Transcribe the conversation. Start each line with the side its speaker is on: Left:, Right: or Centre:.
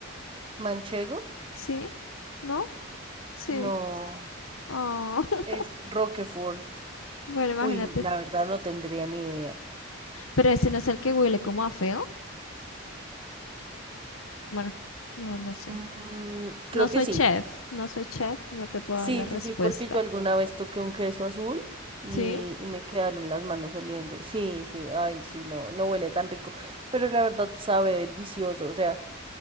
Right: Manchego.
Left: ¿Sí? ¿No? Sí.
Right: No.
Left: Oh, <laughs>
Right: Es Roquefort.
Left: bueno, imagínate.
Right: Uy, la verdad no tendría ni idea.
Left: Pero ese no es el que huele como a feo. Bueno, no, no sé.
Right: Mm, creo
Left: No soy
Right: que sí.
Left: chef, no soy chef, no te puedo
Right: Sí,
Left: dar la respuesta.
Right: sí, sí, porque yo alguna vez toqué un queso azul y,
Left: ¿Sí?
Right: y me quedaron las manos oliendo. Sí, sí, ay, sí, no, no huele tan rico, pero la verdad sabe delicioso. O sea,